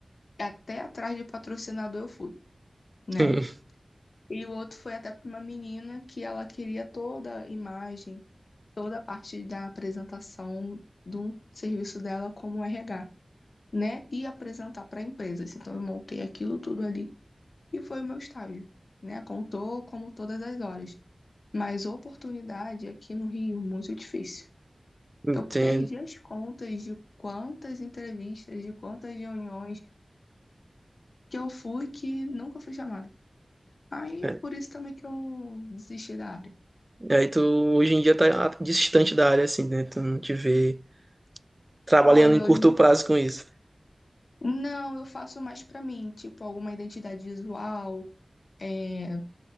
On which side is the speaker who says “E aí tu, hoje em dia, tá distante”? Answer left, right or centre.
Right